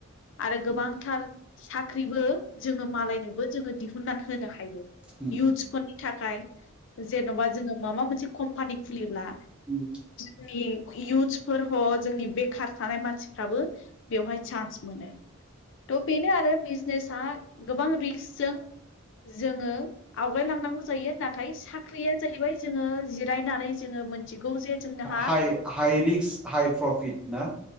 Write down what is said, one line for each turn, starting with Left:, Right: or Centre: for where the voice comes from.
Left: आरो गोबांथार
Centre: उम
Left: साख्रिबो जोंङो मालायनोबो जोंङो दिहुननानै होनो हायो।
Centre: उम
Left: इउथ्सफोरनि थाखाय जेन'बा जोंङो माबा मोनसे कमफानि खुलिब्ला
Centre: अम
Left: जोंनि इयउथ्सफोर ह जोंनि बेकार थानाय मानसिफ्राबो बेवहाय सानस मोनो। थ' बेनो आरो बिजनेसा गोबां रिक्कजों जोंङो आवगायलांनांगौ जायो नाथाय साखरि आ जाहैबाय जोंङो जिरायनानै जोंङो मोनथिगौ जे जोंहा
Centre: हाय-हाय रिकस हाय प्रफिदना